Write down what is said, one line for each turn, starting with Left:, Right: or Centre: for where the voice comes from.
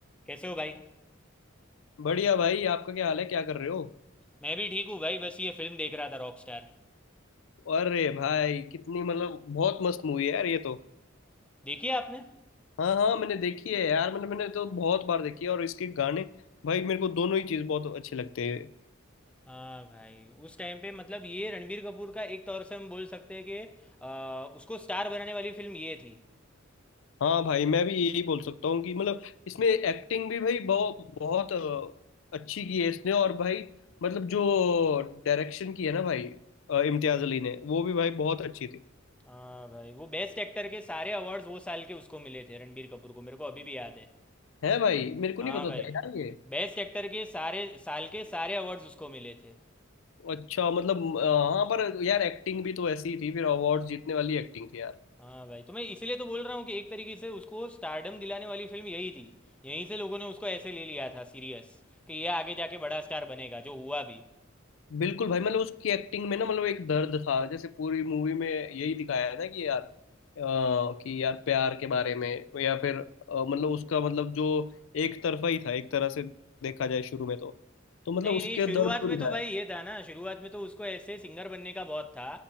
Centre: कैसे हो भाई
Left: बढ़िया भाई आपका क्या हाल है क्या कर रहे हो
Centre: मैं भी ठीक हूँ भाई बस ये फिल्म देख रहा था रॉक स्टार
Left: अरे भाई कितनी मतलब बहुत मस्त मूवी है यार ये तो
Centre: देखी है आपने
Left: हाँ हाँ मैंने देखी है यार मतलब मैंने तो बहुत बार देखी है और इसके गाने भाई मेरे को दोनों ही चीज़ बहुत अच्छे लगते हैं
Centre: हाँ भाई उस टाइम पे मतलब ये रणबीर कपूर का एक तौर से हम बोल सकते हैं कि आ, उसको स्टार बनाने वाली फिल्म ये थी
Left: हाँ भाई मैं भी यही बोल सकता हूँ कि मतलब इसमें एक्टिंग भी भाई बहुत बहुत अ, अच्छी की है इसने और भाई मतलब जो डायरेक्शन की है ना भाई अ, इम्तियाज अली ने वो भी भाई बहुत अच्छी थी
Centre: हाँ भाई वो बेस्ट एक्टर के सारे अवार्ड्स वो साल के उसको मिले थे रणबीर कपूर को मेरे को अभी भी याद है
Left: है भाई मेरे को
Centre: हाँ
Left: नहीं पता
Centre: भाई
Left: था यार ये।
Centre: बेस्ट एक्टर के सारे साल के सारे अवार्ड्स उसको मिले थे
Left: अच्छा मतलब अ, हाँ पर यार एक्टिंग भी तो ऐसी ही थी फिर अवार्ड जीतने वाली एक्टिंग थी यार
Centre: हाँ भाई तो मैं इसीलिए तो बोल रहा हूँ कि एक तरीके से उसको स्टारडम दिलाने वाली फिल्म यही थी यहीं से लोगों ने उसको ऐसे ले लिया था सीरियस कि ये आगे जाके बड़ा स्टार बनेगा जो हुआ भी
Left: बिल्कुल भाई मतलब उसकी एक्टिंग में ना मतलब एक दर्द था जैसे पूरी मूवी में यही दिखाया है ना कि यार अ, कि यार प्यार के बारे में या फिर अ, मतलब उसका मतलब जो एक तरफा ही था एक तरह से देखा जाए शुरू में तो तो मतलब
Centre: नहीं
Left: उसके
Centre: नहीं शुरुआत
Left: दर्द को
Centre: में
Left: दिखाया
Centre: तो भाई ये था ना शुरुआत में तो उसको ऐसे सिंगर बनने का बहुत था